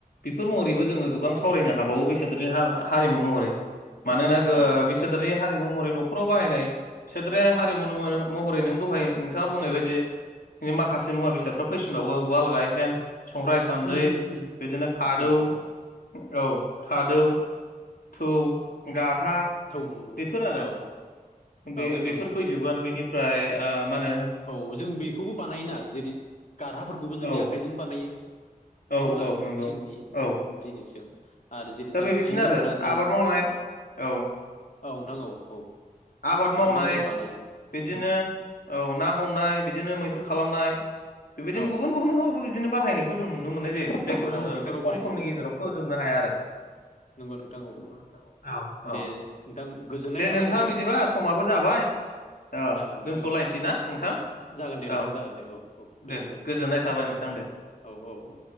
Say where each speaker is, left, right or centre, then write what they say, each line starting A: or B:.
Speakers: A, on the left; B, on the left.
A: बेफोर महरैबो जोङो गोबां सावरायनो हाबावो बेसादोरानि हा- हारिमु महरै मानोना गो
B: औ
A: बेसादारि हारिमु महरै न'खराव बाहायनाय सोदारि हारिमु महरै नों दहाय नोंथाङा बुंनाय बायदि बि माखासे मुवा- बेसादफ्रा फैसिनबावो उवाल, गायहेन, संग्राइ, सान्द्रि
B: उम
A: ओमफ्राय
B: उम उम
A: बिदिनो खादौ
B: औ
A: औ खादौ थु गारहा
B: थौ नंगौ
A: बेफोर आरो
B: औ औ
A: बे
B: नोंथां
A: ओ बेफोर
B: औ
A: फैजोबगोन बेनि फ्राय ओ मा होनो
B: औ जों बेखौबो बानायोना जेरै गारहाफोरखौबो जोंनि
A: ओ औ
B: आखाइजों बानायो।
A: औ
B: नङा होमब्ला
A: नंगौ
B: थिंनि
A: औ
B: जिनिसजों आरो जेरै
A: दा
B: जों
A: बेबायदिनो
B: जि दोनग्रा
A: आरो
B: जि
A: आबाद मावनाय औ
B: औ नोंथां औ औ।
A: आबाद
B: बेफोरखौ
A: मावनाय
B: जों बानायो
A: बिदिनो
B: उम
A: औ ना हमनाय बिदिनो मैहुर खालामनाय बेबायदिनो
B: औ
A: गुबुन गुबुन न बिदिनो बाहायनायखौ जों नुनो मोननाय जायो जायखौ
B: औ
A: जोङो
B: बेफोराव
A: बे खम
B: बाहायनाय
A: समनि
B: जायो
A: गेजेराव
B: औ
A: फोजोबनो हाया आरो।
B: नंगौ नोंथां औ
A: <unintelligible> औ
B: दे
A: औ।
B: नोंथां गोजोननाय
A: दे
B: थाबाय
A: नोंथां बिदिबा समाबो जाबाय औ
B: जागोन नोंथां
A: दोनथ'लायसै
B: औ
A: ना नोंथां।
B: जागोन दे नोंथां
A: औ
B: जागोन दे औ औ गोजोन्थों
A: दे गोजोननाय थाबाय नोंथां दे।
B: औ औ औ।